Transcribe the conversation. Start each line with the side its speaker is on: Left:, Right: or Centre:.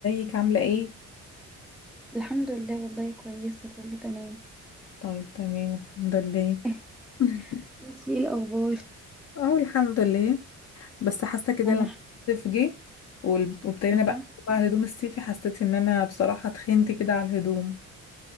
Left: ازيك عاملة ايه؟
Centre: الحمد لله والله كويسة كله تمام
Left: طيب تمام الحمد لله
Centre: <laughs>
Left: <laughs>
Centre: انتي ايه الأخبار؟
Left: اه الحمد لله بس حاسة كده
Centre: أنا
Left: لما الصيف جه وال- وابتدينا
Centre: حابة
Left: بقى بقى الهدوم الصيفي حسيت ان انا بصراحة اتخنت كده على الهدوم